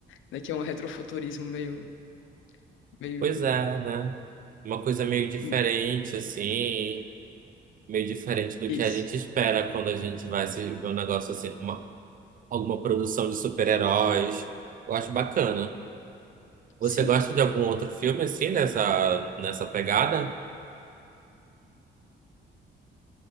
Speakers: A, on the left; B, on the right.
A: né? Que é um retrofuturismo meio, meio
B: Pois é, né? Uma coisa meio diferente,
A: hum,
B: assim, meio diferente do
A: isso.
B: que a gente espera quando a gente vai se ver um negócio assim, uma, alguma produção de super-heróis. Eu acho bacana.
A: Sim.
B: Você gosta de algum outro filme, assim, nessa, nessa pegada?